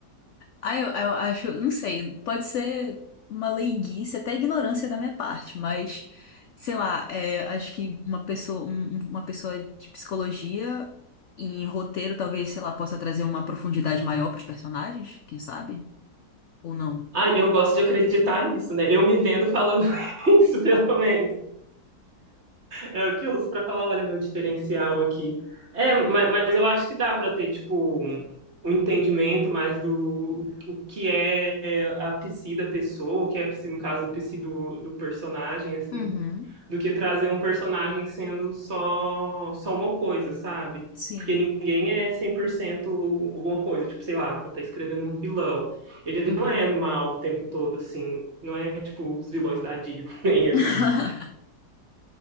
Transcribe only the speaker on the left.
Ah, eu, eu acho, não sei, pode ser uma leiguice, até ignorância da minha parte, mas sei lá, é, acho que uma pessoa, um- uma pessoa de psicologia em roteiro, talvez, sei lá, possa trazer uma profundidade maior para os personagens, quem sabe? ou não?
Uhum,
sim.
Uhum.
<laughs>